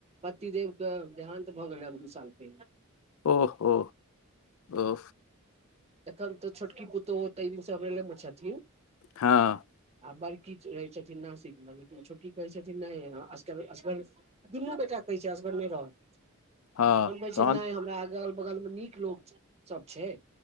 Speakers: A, on the right (about 30°); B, on the left (about 75°).
A: पतिदेव के देहान तऽ भऽ गेल रह दू साल पहिनेे।
B: ओ-ओ-ओ ह
A: एखन तऽ छोटकी पुतहु तहि दिनसँ हमरमे छथिन।
B: हँ
A: आ बड़की छ रहै छथिन नासिकमे लेकिन छोट्की कहै छथिन नहिग असगर असगर दुनू बेटा कहै छै असगर नहि रहत।
B: हँ
A: हम कहै छियै
B: तहन
A: नहि हमरा अगल बगल मे नीक लोक च सब छै।